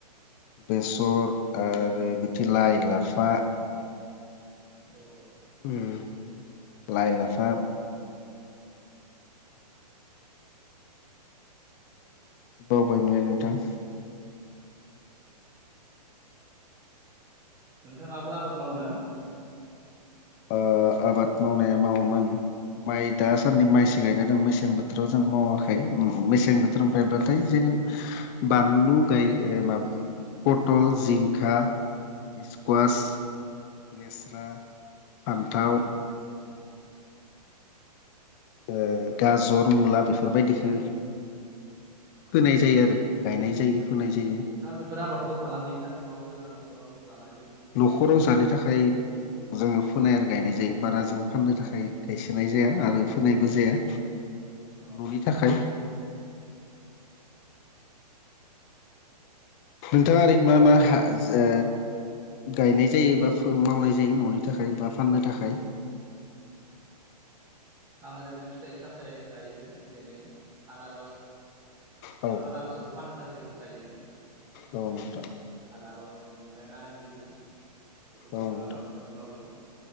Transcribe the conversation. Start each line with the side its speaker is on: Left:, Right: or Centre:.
Left: बेसर आरो बिदि लाइ लाफा
Right: औ औ
Left: उम लाइ, लाफा बावबायमोनलै नोंथां।
Right: नोंथाङाबो आबाद मावो ना?
Left: ओ आबाद मावनाया मावोमोन माइ दासान्दि माइसो गायना दं मेसें बोथोराव जों मावाखै मेसें बोथोर मोनफायब्लाथाय जेरै बानलु गाय माबा पटल, जिंखा, सकुवास
Right: औ
Left: लेस्रा, फान्थाव ओ गाजर, मुला बेफोरबायदिखो फोनाय जायो
Right: औ
Left: आरो गायनाय जायो। फोनाय जायो
Right: दा बेफोर आबादखौ फालांगिनि थाखाय मावो ना न'खराव जानाय लोंनायनि थाखाय
Left: न'खराव
Right: मावो
Left: जानो थाखाय जोङो फोनाय आरो गायनाय जायो बारा जों फाननो थाखाय गायसोनाय जाया आरो फोनायबो जाया।
Right: औ
Left: न'नि थाखाय नोंथाङा ओरैनो मा मा हा जो गायनाय जायो बा मावनाय जायो न'नि थाखाय बा फाननो थाखाय?
Right: <inaudible> आं ओरैनो फिथाइ सामथाइ गायो एसे एनै आनारस
Left: औ
Right: आं आनारसखौ फाननो थाखाय गायो
Left: औ नोंथां
Right: आनारस बिनि ओमफ्राय नारें लेबु बेखौबो
Left: औ
Right: आङो
Left: नोंथां
Right: आबाद हिसाबै मावो